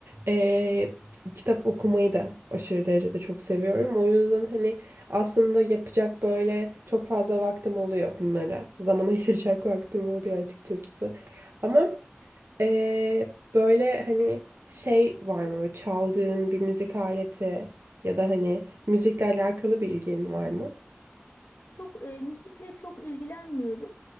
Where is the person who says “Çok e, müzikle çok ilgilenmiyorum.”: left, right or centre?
Left